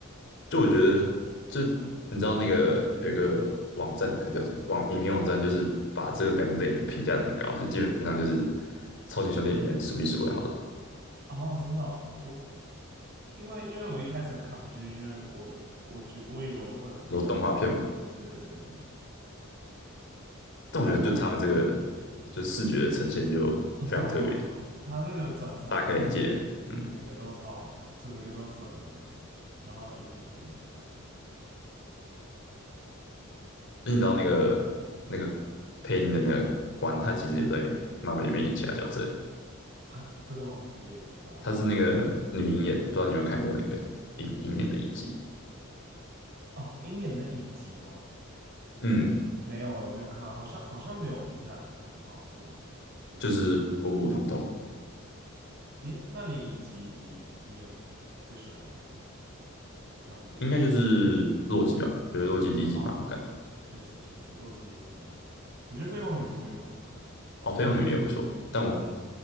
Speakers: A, on the left; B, on the right.
A: 就我觉得，就你知道那个有一个网站还是叫什么网影评网站，就是把这两部电影评价的很高，就基本上就是超级兄弟里面数一数二好的，
B: 哦，真的哦我因为因为我一开始很抗拒，因为我我觉我以为我会很不喜欢，
A: 然后动画片嘛。
B: 对对对对对，
A: 但我觉得就他们这个就视觉的呈现就非常特别，
B: 但他真的哦，对啊对啊对啊，他那个转场
A: 大开眼界。嗯，
B: 每个都超好看，这每个都转的很好，然后音也配的很好，这样
A: 那你知道那个那个配音的那个官，他其实有在漫威里面演其他角色欸，
B: 啊，真的吗？有点哪一个
A: 他是那个女鹰眼，不知道你有没有看过那个鹰鹰眼的影集？
B: 哦，鹰眼的影集吗？
A: 嗯，
B: 没有，我没有看啊，好像好像没有评价很很好，是吗？有点不，
A: 就是普普通通，
B: 诶，那你影集你你有最喜欢哪一个吗？漫威的影
A: 应该就是洛基吧。我觉得洛基第一季蛮好看的，
B: 哦，确实确实，洛基真的很好看，我觉得绯红女巫也蛮好看的。
A: 哦，绯红女也不错。但我
B: 对